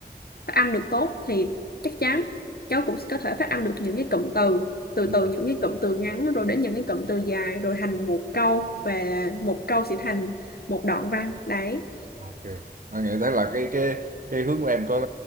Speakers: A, on the left (about 60°); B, on the right (about 50°).
A: phát âm được tốt thì chắc chắn cháu cũng có thể phát âm được những cái cụm từ từ
B: ừ,
A: từ những cái cụm từ ngắn rồi đến những cái cụm từ dài rồi thành một câu và một câu sẽ thành một đoạn văn đấy
B: ok. À, nghĩ thấy là cái cái cái hướng của em có